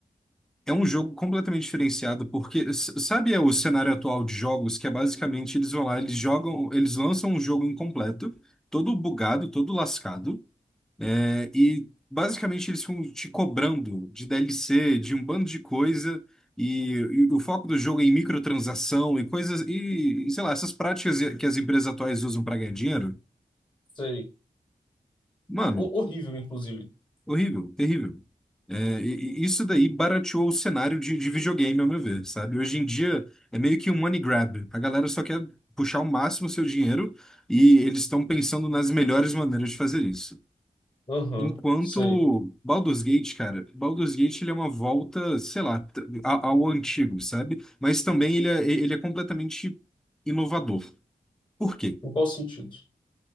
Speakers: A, in the centre; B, on the left.
A: É um jogo completamente diferenciado, porque s- sabe o cenário atual de jogos, que é basicamente eles vão lá, eles jogam, eles lançam um jogo incompleto, todo bugado, todo lascado, é, e basicamente eles ficam te cobrando de DLC, de um bando de coisa, e, e o foco do jogo é em microtransação e coisas, e sei lá, essas práticas que as empresas atuais usam para ganhar dinheiro,
B: Sei.
A: mano.
B: Ho- horrível, inclusive.
A: Horrível, terrível. É, e- e isso daí barateou o cenário de, de videogame, ao meu ver, sabe? Hoje em dia é meio que um money grab. A galera só quer puxar o máximo o seu dinheiro e eles estão pensando nas melhores maneiras de fazer isso.
B: Aham,
A: Enquanto
B: sei.
A: Baldur's Gate, cara, Baldur's Gate ele é uma volta, sei lá, t- a- ao antigo, sabe? Mas também ele é, ele é completamente inovador. Por quê?
B: Em qual sentido?